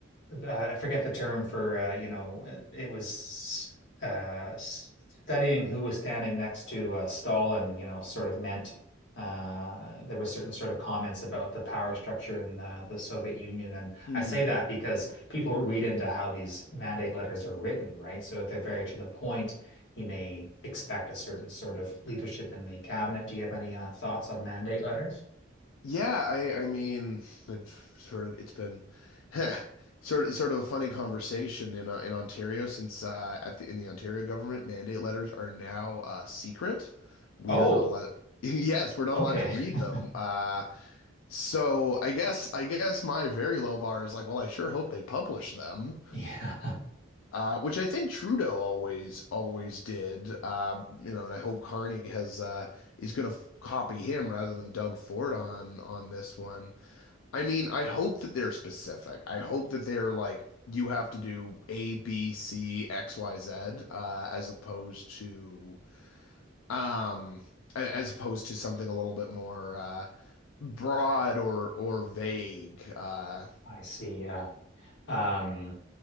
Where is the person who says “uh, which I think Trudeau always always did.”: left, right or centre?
Left